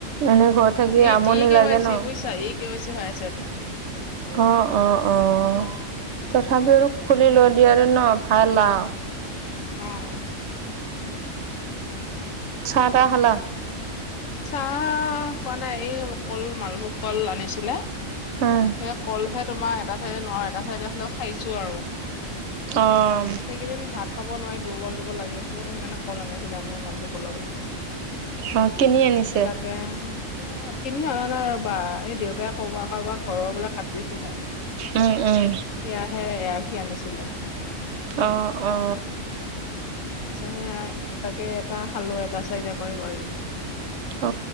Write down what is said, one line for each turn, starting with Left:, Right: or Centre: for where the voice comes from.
Right: এনে ঘৰত থাকি
Left: ই
Right: আমনি
Left: এই কে
Right: লাগে
Left: ৱাই চি
Right: ন।
Left: বুজিছা এই কে ৱাই চি হৈ আছেটো।
Right: অ', অ', অ'। তথাপিও
Left: উম।
Right: আৰু খুলি ল দিয় আৰু ন, ভাল আৰু।
Left: উম।
Right: ছটা হলা।
Left: আহ কোৱা নাই। এই কল মালভোগ কল আনিছিলে।
Right: উম,
Left: সেই কলহে তোমাৰ এটা চাইডে নোৱাৰো এটা চাইডে হলেও খাইছো আৰু।
Right: অ',
Left: সেইকেইদিন ভাত খাব নোৱাৰি দুৰ্বল, দুৰ্বল লাগি আছিল সেইকাৰণে। অকল আনিছিলে মানে মালভকলকে
Right: অ', কিনি আনিছে?
Left: স, তাকে। অ, কিনি অনা নাই ৰ'বা এই দেউতাই ক'বা, কাৰবাৰ ঘৰৰ বোলে কাট দিছিলে
Right: উম উম
Left: সেয়াাহে এয়া সি আনিছিলে।
Right: আহ, অ'।
Left: <inaudible> তাকে এটা খালো এটা চাৰিদা কৰি, কৰি।
Right: অ,